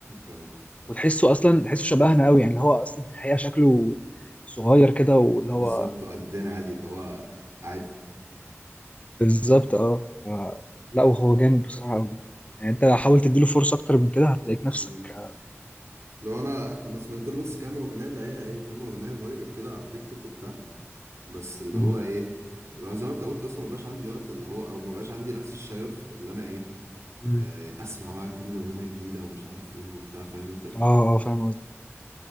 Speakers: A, on the right; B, on the left.
A: آه،
B: وتحسه اصلا تحسه شبهنا قوي يعني اللي هو اصلا في الحقيقه شكله صغير كده واللي هو
A: بالظبط قدنا عادي اللي هو عادي
B: بالظبط اه ف- لا وهو جامد بصراحه قوي يعني انت حاول تديله فرصه اكتر من كده هتلاقيك نفسك
A: مم.
B: اه
A: لو انا انا سمعت له بس كام اغنية اللي هي ايه كام اغنية فايرال كده على تيك توك وبتاع بس اللي
B: مم.
A: هو ايه اللي هو زي ما انت قلت اصلا ما بقاش عندي وقت اللي هو او ما بقاش عندي نفس الشغف اللي انا ايه
B: مم.
A: آه، اسمع بقى كل اغنيه جديده ومش عارف ايه وبتاع فاهم انت
B: اه آه، فاهم قصدي